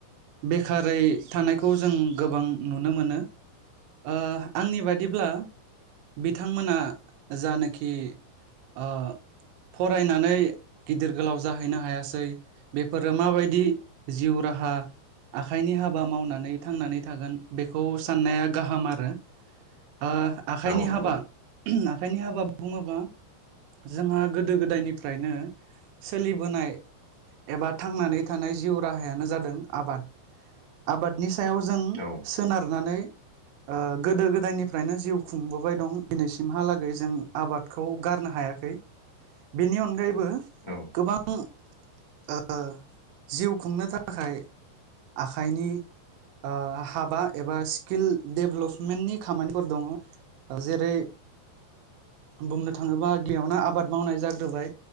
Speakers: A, on the right; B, on the left.
A: बेखारै थानायखौ जों गोबां नुनो मोनो। ओ आंनि बादिब्ला बिथांमोना जानोखि ओ फरायनानै गिदिर गोलाव जाहैनो हायासै बेफोरो माबायदि जिउ राहा आखाइनि हाबा मावनानै थांनानै थागोन बेखौ साननाया गाहाम आरो। ओ आखाइनि
B: औ औ नंगौ
A: हाबा आखाइनि हाबा बुङोबा जोंहा गोदो गोदायनिफ्रायनो सोलिबोनाय एबा थांनानै थानाय जिउ राहायानो जादों आबाद आबादनि सायाव जों
B: औ औ
A: सोनारनानै ओ गोदो गोदायनिफ्रायनो जिउ खुंबोबाय दं दिनैसिमहालागै जों आबादखौ गारनो हाया। खै बिनि अनगायै बो
B: औ
A: गोबां ओ जिउ खुंनो थाखाय आखाइनि ओ हाबा एबा स्किल डेभलपमेन्टनि खामानिफोर दङ जेरै बुंनो थाङोबा गियावनो आबाद मावनाय जाग्रोबाय